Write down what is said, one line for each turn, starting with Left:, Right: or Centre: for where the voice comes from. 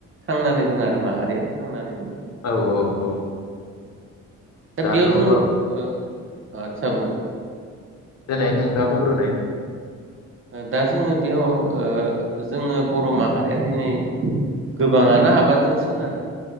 Right: थांनानै दोङ आरो माहारिया थांनानै दोङो।
Left: औ औ औ।
Right: दा
Left: दाथ'
Right: बेयाव
Left: होमबा
Right: जोङो ओ आतसा बुं।
Left: देनाय नोंथाङा बुंग्रोनाय।
Right: दा जोङो बेयाव ओ जोङो बर' माहारिया दिनै गोबाङानो आबादजों सोनारो।